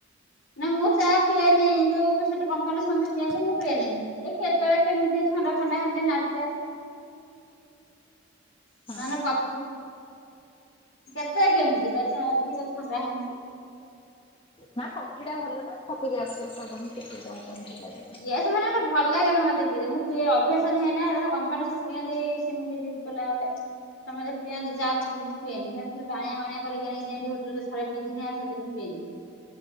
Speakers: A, on the left; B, on the left.
A: ନାଁ ମୁଁ ଚାହା ପିଏନି ଯୋଉ ସେଠି କମ୍ପାନୀରେ ପିଅନ୍ତି ମୁଁ ପିଏନି। ଏ କେତେବେଳେ କେମିତି ଥଣ୍ଡା ଫଥଣ୍ଡା ହେଲେ ନାଲିଚା।
B: ହଁ ହଁ
A: ନାଁ ନାଁ କଫି କେତେ କେମିତି ବା ଅଧିକ ବାହାନେ
B: ନାଁ କଫି ଟା ଭଲ ନାଁ କପି ବି <unintelligible>
A: ଇଏସ୍ ଭଲ ଲାଗେନ ମତେ ପି ମୁଁ ପ ଅଭ୍ୟାସ ହେଇନା ହେ କମ୍ପାନୀ ସବୁ ପିଅନ୍ତି ସେମିତି ଖୋଲାଚ୍ ସମସ୍ତେ ପିନ୍ତି ଚା କି ମୁଁ ପିଏନି ହେଟ ଖାଲି ପାଣିଆ ପାଣିଆ କରିକ ଆଣିକି ଆଣନ୍ତି ହୋଟେଲ୍ ରେ ଥରେ ପିଇଥିଲି ଆଉ ପିଇନି।